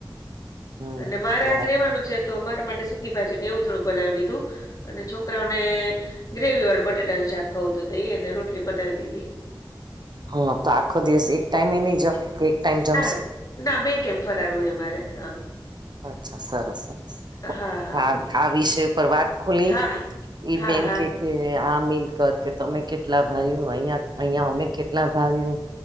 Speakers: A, on the right; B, on the left.
A: હમ
B: અને મારે
A: બરાબર
B: આજ રેવાનું છે તો મારા માટે સુકી ભાજી ને એવું થોડુંક બનાવી લીધું. અને છોકરાઓને ગ્રેવી વાળું બટેાટા નું શાક ખાવુ હતું તો એ અને રોટલી બનાવી દીધી.
A: હા તો આખો દિવસ એક ટાઈમે એ નહી જ કે ટાઈમ જમશો
B: ના ના બે ટાઈમ ફરાર હોય અમારે હા.
A: અચ્છા સરસ સરસ.
B: હા
A: આ આ વિષય પર વાત ખુલી
B: હા
A: એ મેન
B: હા
A: કે કે આ મિલકત કે તમે કેટલા ભાઈઓ અહી અહિયાં અમે કેટલા ભાવિયું